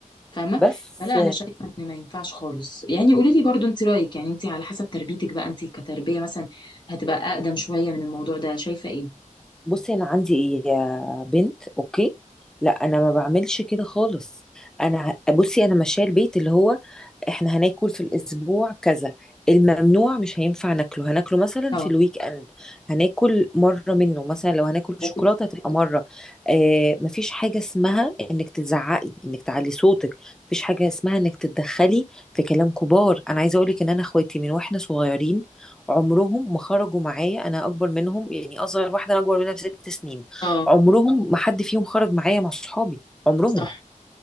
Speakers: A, on the left (about 35°); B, in the centre.
A: فاهمه
B: بس
A: فلا انا شايفه ان ما ينفعش خالص يعني قولي لي برضو انت رايك يعني انت على حسب تربيتك بقى انت كتربيه مثلا هتبقى اقدم شويه من الموضوع ده شايفه ايه
B: بصي انا عندي إيه يا بنت اوكي لا انا ما بعملش كده خالص انا ه- بصي انا ماشيه البيت اللي هو احنا هناكل في الاسبوع كذا الممنوع مش هينفع ناكله هناكله مثلا
A: اه
B: في الويك اند هناكل مره منه مثلا لو هناكل
A: ممكن
B: شوكولاته هتبقى مره آه مفيش حاجه اسمها انك تزعقي انك تعلي صوتك مفيش حاجه اسمها انك تتدخلي في كلام كبار انا عايزه اقولك ان انا اخواتي من واحنا صغيرين عمرهم ما خرجوا معايا انا اكبر منهم يعني اصغر واحده انا اكبر منها بست سنين
A: اه
B: عمرهم ما حد فيهم خرج معايا مع صحابي عمرهم
A: صح